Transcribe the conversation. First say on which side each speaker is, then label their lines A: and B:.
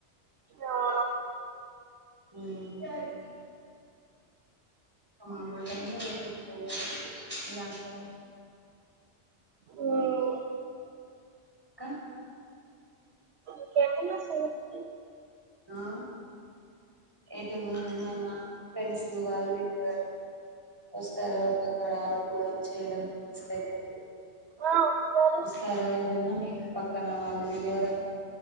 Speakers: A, on the right; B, on the right.
A: అవును
B: హామ్ <inaudible> మామూల్ టైంలో అంత ఎక్కువ ఏం ఉండదు
A: మ్మ్.
B: క
A: ఇంకేమన్నా సంగతులు
B: ఆ ఎటు మన్నా ఫ్రెండ్స్ వాళ్ళు వీలు ఎమన వస్తారో ఒక్కడ ఆడుకోవడం చేయడం ఫ్రెంస్ దగ్గరికి
A: ఆ వస్తారు
B: వస్తారా ఎవరైనా మీ ఇంటి పక్కన వాళ్ళు వీళ్ళు ఎవరైనా